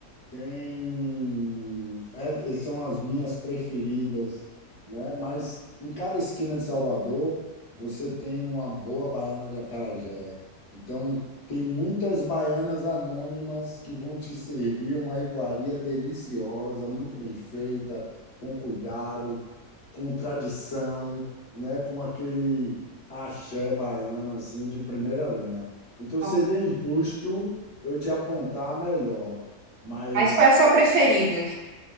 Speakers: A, on the left; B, on the right.
A: Tem, é- são as minhas preferidas, né? Mas em cada esquina de Salvador, você tem uma boa baiana de acarajé. Então, tem muitas baianas anônimas que vão te servir uma iguaria deliciosa, muito bem feita, com cuidado, com tradição, né? Com aquele axé baiano, assim, de primeira linha. Então,
B: Nossa,
A: seria injusto eu te apontar a melhor. Mas
B: mas qual é a sua preferida?